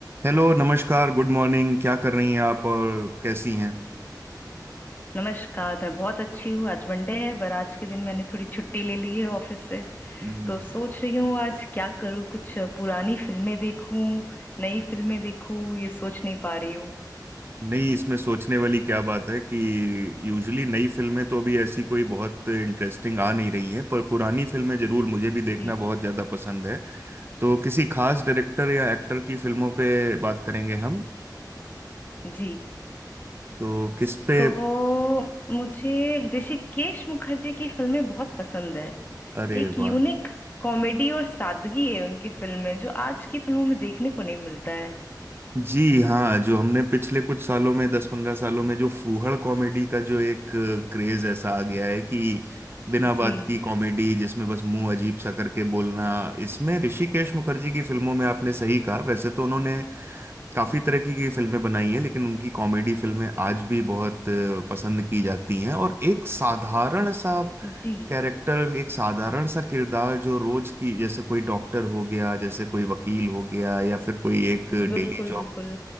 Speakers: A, on the right; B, on the left.
A: Hello नमस्कार good morning क्या कर रही हैं आप और कैसी हैं
B: नमस्कार मैं बहुत अच्छी हूँ आज मंडे है पर आज के दिन मैंने थोड़ी छुट्टी ले ली है ऑफिस से
A: हम्म,
B: तो सोच रही हूँ आज क्या करूँ कुछ पुरानी फिल्में देखूँ नई फिल्में देखूँ ये सोच नहीं पा रही हूँ
A: नहीं इसमें सोचने वाली क्या बात है कि यूजुअली नई फिल्में तो अभी ऐसी कोई बहुत इंटरेस्टिंग आ नहीं रही हैं पर पुरानी फिल्में जरूर मुझे भी देखना
B: जी
A: बहुत ज़्यादा पसंद है तो किसी खास डायरेक्टर या एक्टर की फिल्मों पे बात करेंगे हम
B: जी
A: तो किस पे
B: तो मुझे ऋषिकेश मुखर्जी की फिल्में बहुत पसंद है
A: अरे
B: एक यूनिक
A: वाह
B: कॉमेडी और सादगी है उनकी फिल्म में जो आज की फिल्मों में देखने को नहीं मिलता है
A: जी हाँ जो हमने पिछले कुछ सालों में दस पंद्रह सालों में जो फूहड़ कॉमेडी का जो एक क्रेज ऐसा आ गया है कि बिना बात
B: जी
A: की कॉमेडी जिसमें बस मुंह अजीब सा करके बोलना इसमें ऋषिकेश मुखर्जी की फिल्मों में आपने सही कहा वैसे तो उन्होंने काफी तरह की की फिल्में बनाई हैं लेकिन उनकी कॉमेडी फिल्में आज भी बहुत अ, पसंद की जाती हैं और एक साधारण सा
B: जी
A: कैरेक्टर एक साधारण सा किरदार जो रोज की जैसे कोई डॉक्टर हो गया जैसे कोई वकील हो गया या फिर कोई एक हम्म।
B: बिल्कुल
A: डेली जॉब
B: बिल्कुल